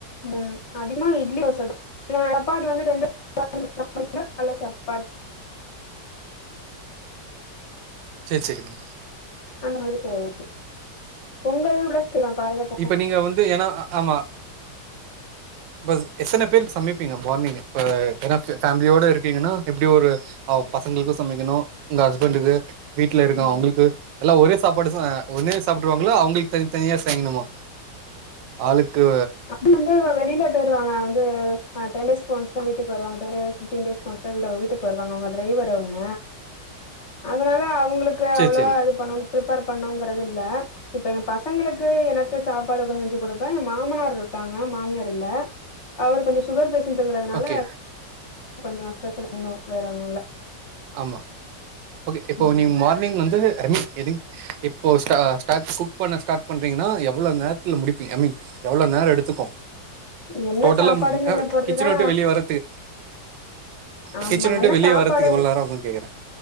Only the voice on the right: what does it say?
ச்சேர் ச்செரி பூ
இப்ப நீங்க வந்து ஏனா அஅ அமா பஜ் எத்தன பேருக் சமப்பீங்க மார்னிங்கு ப ஏனா ஃபே ஃபேமிலியோட இருக்கீங்கன்னா எப்டி ஒரு ஆவ் பசங்களுக்கு சமைக்கணு உங்க ஹஸ்பண்டுக்கு வீட்ல இருக்கவ்
அவ்ங்கள்க்கு எல்லா ஒரே சாப்பாடு தா ஒன்னே சாப்ட்ருவாங்களா அவங்களு தனி தனியா செய்ணுமா ஆளுக்கு
சரி
சரி
ஓகே
ஆமா ஓகே இப்போ
நீ மார்னிங் வந்து ஐமி எதி இப்போ ஸ்டா ஸ்டாட் குக் பண்ண ஸ்டாட் பண்றீங்கனா எவ்ளோ நேத்துல முடிப்பீங்க அ மீன் எவ்ளோ நேரோ எடுத்துக்கு
டோட்டலம்
ஆ
கிச்சன் விட்டு வெளிய வரத்து
கிச்சனு விட்டு
வெளிய
வர்றத்து எவள் நேரோ ஆகு கேக்குறே